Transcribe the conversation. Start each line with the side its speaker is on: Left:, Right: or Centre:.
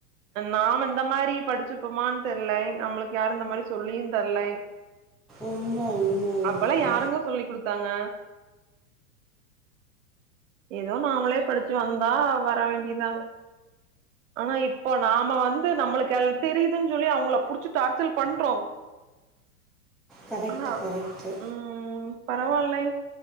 Right: நாம இந்த மாரி படிச்சுப்போமான்னு தெரல நம்மளுக்கு யாரும் இந்த மாரி சொல்லியு தரல
Centre: உண்மை ஒன்றும்
Right: அப்பெல்லா யாருங்க சொல்லி கொடுத்தாங்க எதோ நாமளே படிச்சு வந்தா வர வேண்டியதா ஆனா இப்போ நாம வந்து நம்மளுக்கு அல் தெரியுதுன்னு சொல்லி அவங்க புடிச்சுட்டு டார்சல் பண்றோ
Centre: கரெக்ட்
Right: ஆ
Centre: கரெக்டு
Right: ம் பரவில்லை